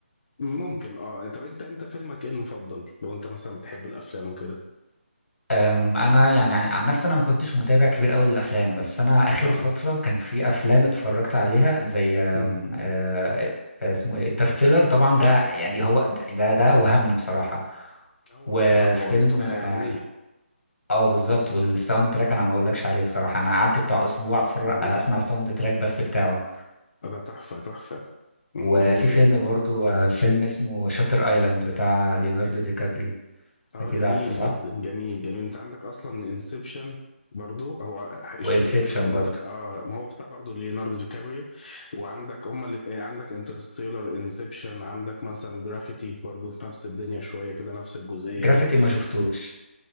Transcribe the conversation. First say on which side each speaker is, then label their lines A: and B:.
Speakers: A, on the left (about 45°); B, on the left (about 85°).
A: ممكن اه طب انت انت فيلمك ايه المفضل لو انت مثلا بتحب الافلام وكده
B: أم، انا يعني عن نفسي انا ما كنتش متابع كبير قوي للافلام بس انا اخر
A: اه
B: فتره كان في افلام اتفرجت عليها زي أم،
A: مم.
B: آه، آه، اسمه ايه انترستيلر طبعا ده يعني هو ده ده وهمني بصراحه
A: هو
B: وفيلم
A: طبعا هو تحفة
B: اه
A: فنية
B: آه، بالظبط والساوند تراك انا ما اقولكش عليه بصراحه انا قعدت بتاع اسبوع اتفرج
A: اه
B: آه، اسمع الساوند تراك بس بتاعه
A: ده تحفة تحفة مم،
B: وفي
A: جميل جدا
B: فيلم برضو آه، فيلم اسمه شاتر ايلاند بتاع ليوناردو دي كابريو
A: اه
B: اكيد
A: جميل
B: عارفه صح
A: جدا جميل جميل انت عندك اصلا انسبشن برضو هو الشبيه
B: وانسبشن
A: كده الانت
B: برضو
A: اه ما هو بتاع برضو ليوناردو دي كابريو وعندك هما اللي عندك انترستيلر انسبشن عندك مثلا جرافيتي برضو في نفس الدنيا شوية كده نفس الجزئية
B: جرافيتي
A: دي
B: ما شفتوش